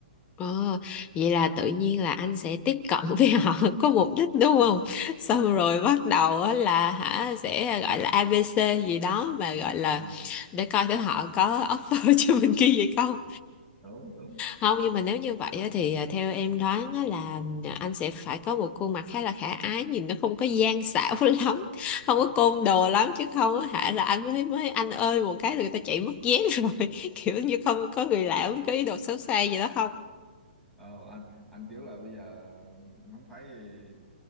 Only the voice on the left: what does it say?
Ờ, vậy là tự nhiên là anh sẽ tiếp cận với họ <laughs> có mục đích đúng
không? Xong
rồi
bắt đầu á là hả sẽ gọi là A ABC gì đó mà gọi là
để coi thử họ có offer <laughs> cho mình cái gì không.
Không nhưng mà nếu như vậy á thì à, theo em đoán á là à, anh sẽ phải có một khuôn mặt khá là khả ái nhìn nó không có gian xảo <laughs> lắm, không
có côn đồ lắm chứ không á hả là anh mới mới anh ơi một cái là người ta chạy mất dép rồi <laughs> kiểu như không có người lạ có ý đồ xấu xa gì đó không?